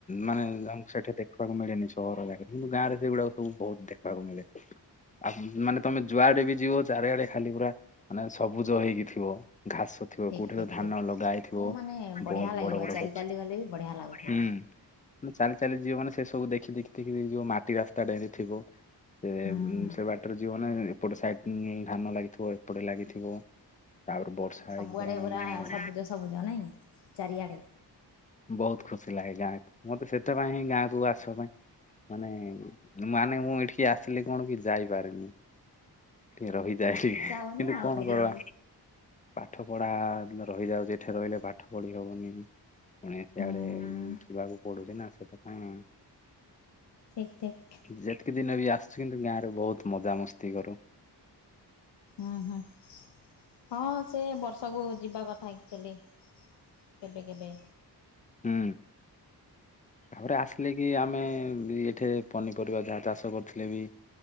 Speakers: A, on the left (about 20°); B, on the left (about 85°).
A: ମାନେ ଆମ ସେଠି ଦେ ଦେଖିବାକୁ ମିଳେନି ସହର ଜାଗାରେ କିନ୍ତୁ ଗାଁରେ ସେଗୁଡାକ ସବୁ ବହୁତ ଦେଖିବାକୁ ମିଳେ। ଆଉ ମାନେ ତମେ ଯୁଆଡେ ବି ଯିବ ଚାରିଆଡେ ଖାଲି ପୁରା। ମାନେ ସବୁଜ ହେଇକି ଥିବ ଘାସ। ଥିବ
B: ଠିକ
A: କୋଉଠି
B: ଠିକ
A: ତ ଧାନ
B: ଠିକ।
A: ଲଗାହେଇଥିବ
B: ଆଉ ମାନେ ବଢ଼ିଆ
A: ବହୁତ
B: ଲାଗିବ
A: ବଡ ବଡ
B: ଚାଲି
A: ଗଛ
B: ଚାଲି ଗଲେ ବି ବଢ଼ିଆ ଲାଗୁଥିବ।
A: ହୁଁ। ମାନେ ଚାଲି ଚାଲି ଯିବ ମାନେ ସେ ସବୁ ଦେଖି ଦେଖି ଦେଖି ଦେଖି ଯିବ ମାଟି ରାସ୍ତାଟେ ସେଠି ଥିବ। ସେ
B: ହୁଁ
A: ସେ ବାଟରେ ଯିବନା ଏପଟେ ସାଇଟ୍ ଧାନ ଲାଗିଥିବ ଏପଟେ ଲାଗିଥିବ। ତାପରେ ବର୍ଷା ହେଇକି
B: ସବୁଆଡେ ପୁରା
A: ମାନେ ହୁଁ
B: ସବୁଜ ସବୁଜ ନାଇଁ ଚାରିଆଡେ।
A: ବହୁତ ଖୁସି ଲାଗେ ଗାଁକୁ ମତେ ସେଥିପାଇଁ ହିଁ ଗାଁକୁ ଆସିବା ପାଇଁ। ମାନେ ମାନେ ମୁଁ ଏଠିକି ଆସିଲି କଣ କି ଯାଇପାରେନି। ଟିକେ ରହିଯାଏ ଟିକେ
B: ଇଚ୍ଛା ହଉନି
A: କିନ୍ତୁ
B: ଆଉ
A: କଣ
B: ଫେରିବାକୁ।
A: କରିବା। ପାଠ ପଢା ରହିଯାଉଚି ଏଠି ରହିଲେ ପାଠ ପଢି ହବନି। ପୁଣି ସିଆଡେ
B: ହୁଁ
A: ଯିବାକୁ ପଡୁଚି ନା ସେଥି ପାଇଁ।
B: ଠିକ ଠିକ
A: ଯେତ୍ କି ଦିନ ବି ଆସିଚି କିନ୍ତୁ ଗାଁରେ ବହୁତ ମଜାମସ୍ତି କରୁ।
B: ଉଁ ହୁଁ। ହଁ ସେ ବର୍ଷକୁ ଯିବା କଥା ଆକ୍ଚୁଲି କେବେ କେବେ।
A: ହୁଁ। ତାପରେ ଆସିଲେ କି ଆମେ ଏଠି ପନିପରିବା ଯାହା ଚାଷ କରିଥିଲେ ବି।